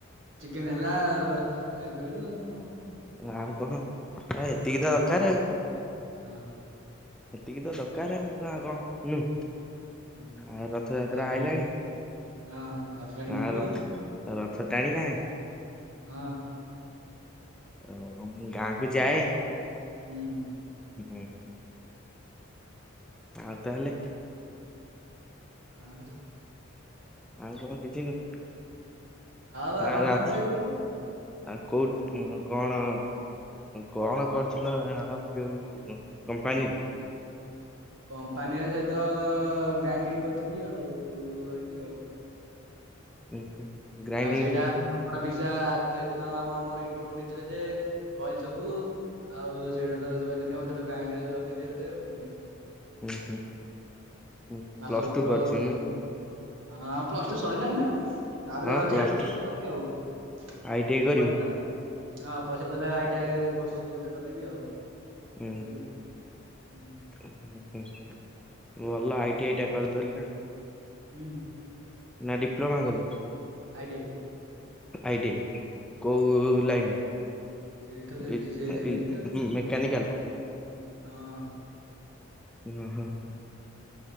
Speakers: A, on the right; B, in the centre.
A: ଚିକେନ୍ ହେଲା ଆଉ ଖାଇକି ଗଲୁ ଆଉ କଣ ହବ।
B: ଆଉ କଣ। ଆ, ଏତିକି
A: ଆଉ ଭୋଜି
B: ତ ଦରକାର
A: ଭା ହଁ।
B: ସେତିକି ତ ଦକାରେ ଆଉ କଣ ନୁଁ।
A: ହୁଁ।
B: ଆ ରଥଯାତ୍ରା
A: ଆଉ ଯଦି-
B: ଆଇଲାଣି
A: ହଁ ରଥ ଟାଣିକୁ
B: ଆ
A: ଯିବୁ
B: ରଥ
A: ଆଉ
B: ରଥ ଟାଣିବା।
A: ହଁ।
B: ଓ ମୁଁ ଗାଁ କୁ ଯାଏ।
A: ହୁଁ।
B: ହୁଁ, ଆଉ ତାହେଲେ।
A: ଆଉ କିଛ୍
B: ଆଉ କଣ କିଛିନୁଏଁ
A: ବା
B: ଆଉ
A: କଣ
B: ଅଛ୍
A: କହିବି କି
B: ଆଉ କୋଉଠ କଣ। କଣ କରୁଥିଲ ଯୋଉ କମ୍ପାନୀରେ।
A: କମ୍ପାନୀର ସହିତ ଗ୍ରାଇଡିଙ୍ଗ କରିଥିଲି ଆଉ ଧରିକି ଆଉ।
B: <inaudible>
A: ଆଉ ସେଇଟା
B: ଖାଲି
A: <unintelligible> ଦିନ ଆମ ମୋର ଇଣ୍ଟର୍ ଭିଉ ନେଇଥିଲେ ଯେ କଇଲି ସବୁ ଆଉ ସେଇଟା <unintelligible> ଦିନ ହଉ ତାହେଲେ ଗ୍ରାଇଣ୍ଡର ରଖିଦେତତେ ଆଉ।
B: ଉଁ ହୁଁ ହୁଁ
A: ମାସକୁତର।
B: ପ୍ଲସ ଟୁ କରିଛୁ ନୁ
A: ହଁ ପ୍ଲସ ଟୁ ସରିଲାଣି ନା। ତାପରେ
B: ହଁ
A: ଭାବଚି
B: ପ୍ଲସ
A: ଆ
B: ଟୁ
A: <unintelligible>
B: ଆଇ ଟି ଆଇ କରିବୁ?
A: ହଁ ପଇସା ଦେଲେ ଆଇଟି ଆଇ କର୍ସ ଗୋଟେ କରିଦେବି ଆଉ।
B: ହୁଁ।
A: ପଇସା ଦେଇ- ହୁଁ
B: ହଁ ହୁଁ ଭଲ ଆଇଟି ଆଇଟା କରିଦେଲେ।
A: ହୁଁ।
B: ନା ଡିପ୍ଲୋମା କରିବୁ।
A: IT I.
B: ଆଇଟିଆଇ କୋଉ ଲାଇନ୍
A: ସେଇ ତ ସେ
B: ଇ
A: ସେଇ ଲାଇନରେ
B: ଇ
A: ଯିବି ଆଉ
B: ମେକାନିକାଲ୍।
A: ହଁ।
B: ଉଁ ହୁଁ।